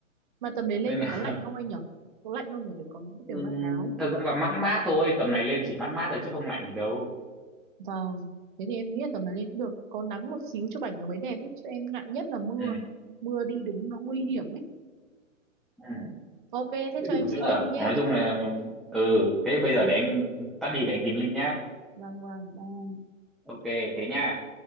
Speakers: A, on the right; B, in the centre.
A: Mà tầm đấy lên
B: nên
A: thì
B: là
A: có lạnh không
B: <laughs>
A: anh nhỉ Có lạnh không nhỉ để có
B: ừm,
A: kiểu mang áo.
B: thật ra là mát mát thôi tầm này lên chỉ mát mát thôi chứ không lạnh được đâu
A: Vâng. Thế thì em nghĩ là tầm này lên cũng được. Có nắng một xíu cho bảnh nó mới đẹp ấy. Chứ em ngại nhất là mưa.
B: ừ.
A: Mưa đi đứng nó nguy hiểm ấy.
B: ừ.
A: Ok, thế
B: thế
A: cho
B: đủ
A: em xin
B: chứ là
A: link nhé.
B: nói chung là ừ thế bây giờ để anh tắt đi để anh tìm link nhá
A: Vâng, vâng, bye.
B: ok thế nha